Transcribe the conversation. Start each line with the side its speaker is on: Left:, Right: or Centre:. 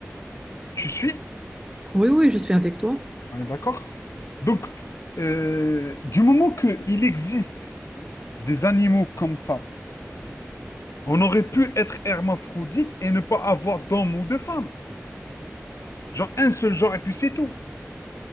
Left: Tu suis?
Right: Oui, oui, je suis avec toi.
Left: On est d'accord? Donc, euh, du moment qu'il existe des animaux comme ça, on aurait pu être hermaphrodite et ne pas avoir d'homme ou de femme. Genre un seul genre et puis c'est tout.